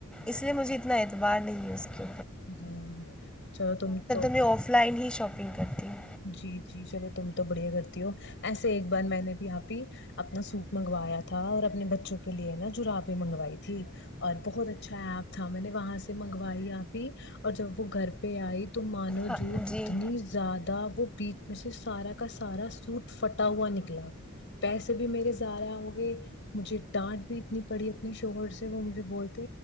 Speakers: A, in the centre; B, on the left.
A: اس لیے مجھے اتنا انا توبار نہیں ہے اس کی
B: جی چلو تم تو
A: میں آف لائن ہی شاپنگ کرتیوں <inaudible>
B: جی جی چلے تم تو بڑھیا کرتی ہو ایسے ایک بار میں نے بھی آپ ہی اپنا سوٹ منگوایا تھا اور اپنے بچوں کے لیے نا جرابیں منگوائی تھی اور بہت اچھا ایپ تھا میں نے وہاں سے منگوائی آپ ہی اور جب وہ گھر پہ آئی تو مانو
A: ہاں
B: جوٹ
A: جی
B: اتنی زیادہ وہ بیچ میں سے سارا کا سارا سوٹ فٹا ہوا نکلا پیسے بھی میرے زاارا ہو گئے مجھے ڈانٹ بھی اتنی پڑی اپنے شوہر سے وہ مجھے بولتے